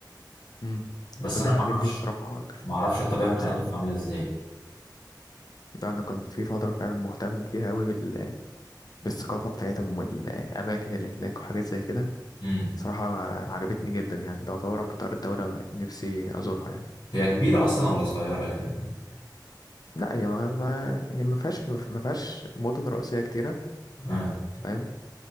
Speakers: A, on the left (about 55°); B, on the left (about 80°).
A: مم.
B: بس
A: كل
B: انا
A: الحاجات
B: ما اعرفش
A: دي الصراحة
B: ما اعرفش الطبيعة
A: لأن
B: بتاعتهم
A: بصراحة
B: عاملة ازاي
A: ده أنا كان في فترة فعلا مهتم فيها أوي بال... بالثقافة بتاعتهم والأماكن اللي هناك وحاجات زي كده
B: امم
A: صراحة عجبتني جدا يعني تعتبر أكتر دولة نفسي أزورها يعني
B: هي كبيرة اصلا ولا صغيرة اليابان دي
A: لا هي ما ما هي ما فيهاش ما فيهاش مدن رئيسية كتيرة
B: اه
A: فاهم